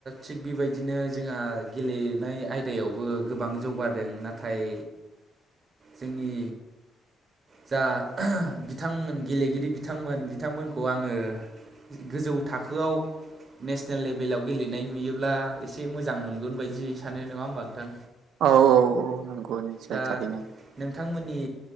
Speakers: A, on the right; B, on the right.
A: थिग बेबायदिनो जोंहा गेलेनाय आयदायावबो गोबां जौगादों नाथाय जोंनि जा बिथांमोन गेलेगिरि बिथांमोन बिथांमोनखौ आङो गोजौ थाखोआव नेसनेल लेभेलाव गेलेनाय नुयोब्ला एसे मोजां मोनगोन बायदि सानो नङा होमबा नोंथां।
B: औ औ औ नंगौ निसय
A: दा
B: थारैनो।
A: नोंथांमोननि